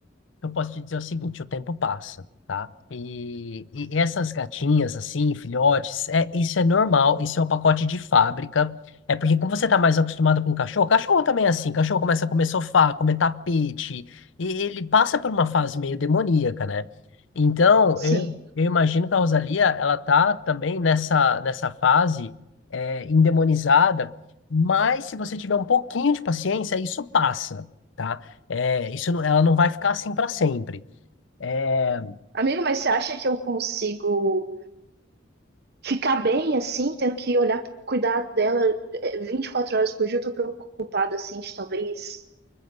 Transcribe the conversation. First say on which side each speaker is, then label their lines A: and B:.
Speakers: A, on the left; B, on the right.
A: Eu posso te dizer o seguinte, o tempo passa, tá? E, e essas gatinhas, assim, filhotes, é, isso é normal, isso é o pacote de fábrica. É porque como você tá mais acostumado com cachorro, cachorro também é assim, cachorro começa a comer sofá, comer tapete, e ele passa por uma fase meio demoníaca, né? Então,
B: Sim.
A: eu, eu imagino que a Rosalia, ela tá também nessa, nessa fase é, endemonizada, mas se você tiver um pouquinho de paciência, isso passa. tá? É, isso não- ela não vai ficar assim para sempre. É,
B: Amigo, mas você acha que eu consigo ficar bem assim, tendo que olhar, cuidar dela eh, 24 horas por dia? Eu tô preocupada, assim, de talvez